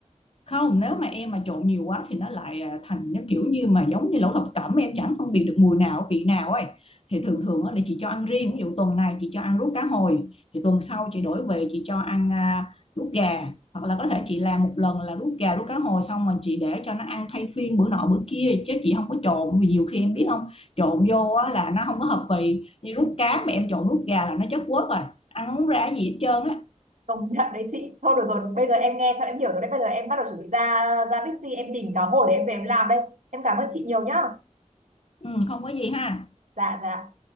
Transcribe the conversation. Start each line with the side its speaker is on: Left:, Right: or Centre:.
Left: không nếu mà em mà trộn nhiều quá thì nó lại à, thành nó kiểu như mà giống như lẩu thập cẩm em chẳng phân biệt được mùi nào vị nào ấy thì thường thường á, là chị cho ăn riêng ví dụ tuần này chị cho ăn ruốc cá hồi thì tuần sau chị đổi về chị cho ăn à, ruốc gà hoặc là có thể chị làm một lần là ruốc gà ruốc cá hồi xong rồi chị để cho nó ăn thay phiên bữa nọ bữa kia chứ chị không có trộn vì nhiều khi em biết không trộn vô á, là nó không có hợp vị như ruốc cá mà em trộn ruốc gà là nó chất quất rồi ăn không ra gì hết trơn á
Right: công nhận đấy chị thôi được rồi bây giờ em nghe xong em hiểu rồi đấy bây giờ em bắt đầu chuẩn bị ra ra Bixi em tìm cá hồi để em về em làm đây em cảm ơn chị nhiều nhá
Left: ừ, không có gì ha
Right: dạ dạ